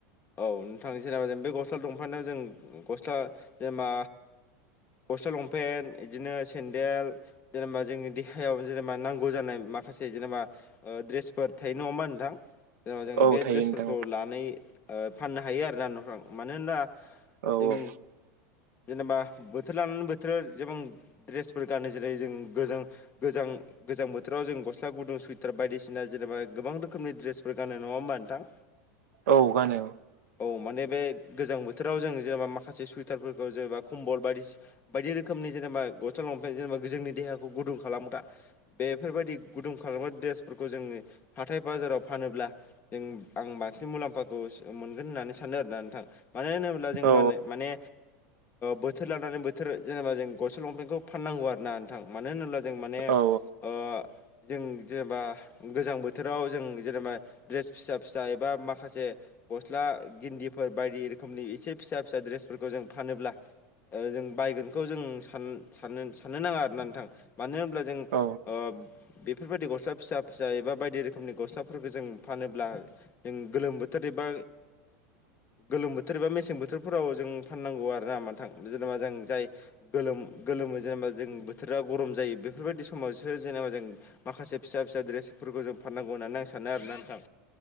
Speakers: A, on the left; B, on the right.
A: औ नोंथां जेनेबा जों बे गस्ला दंफानायाव जों गस्ला जेनेबा गस्ला लंपेन्ट बिदिनो सेन्देल जेनेबा जोंनि देहायाव जेनेबा नांगौ जानाय माखासे जेनेबा दड्रेसफोर थायो नङा होमबा नोंथां? जेन जों
B: औ
A: बे
B: थायो
A: ड्रेसफोरखौ
B: नोंथां
A: लानाय फाननो हायो आरो ना न'फ्राव मानो होनबा
B: औ औ
A: जों
B: औ
A: जेनेबा बोथोर लानानै बोथोरा जेबां द्रेसफोर गानो जेरै जों गोजों गोजां गोजां बोथोराव जों गस्ला गुदुं सुइथार बायदिसिना जेनेबा गोबां रोखोमनि ड्रेसफोर गानो नङा होमबा नोंथां?
B: औ गानो।
A: औ माने बे गोजां बोथोराव जों जेनेबा माखासे सुइटारफोरखौ जेनेबा कम्बल बायदिसि बायदि रो रोखोमनि जेनेबा गस्ला लंफेन्ट जेनेबा जोंनि देहाखौ गुदुं खालामग्रा बेफोरबायदि गुदुं खालामग्रा द्रेसफोरखौ जोङो हाथाय बाजाराव फानोब्ला जों आं बांसिन मुलाम्फा खौमोनगोन होननानै सानो आरोना नोंथां मानो होनोब्ला जों
B: औ
A: माने बोथोर लानानै बोथोर जेनेबा जों गसल लंफेन्टखौ फाननांगौ आरो ना नोंथां मानो होनोब्ला जों माने
B: औ
A: ओ जों जेनेबा गोजां बोथोराव जों जेनेबा दड्रेस फिसा फिसा एबा माखासे गस्ला गिन्दिफोर बायदि रोखोमनि एसे फिसा फिसा द्रेसफोरखौ जों फानोब्ला जों बायगोनखौ जों सान सान साननो नाङा आरोना नोंथां मानो होनोब्ला जों
B: औ
A: ओ बेफोरबायदि गस्ला फिसा फिसा एबा बायदि रोखोमनि गस्लाफोरखौ जों फानोब्ला जों गोलोम बोथ बोथोर एबा गोलोम बोथोर एबा मेसें बोथोरफोराव जों फाननांगौ आरो ना नोंथां जेनेबा जों जाय गोलोम गोलोमो जेनेबा जों बोथोरा गरम जायो बेफोरबायदि समावसो जेनेबा जों माखासे फिसा फिसा दड्रेसफोरखौ जों फाननांगौ होननानै आं सानो आरोना नोंथां।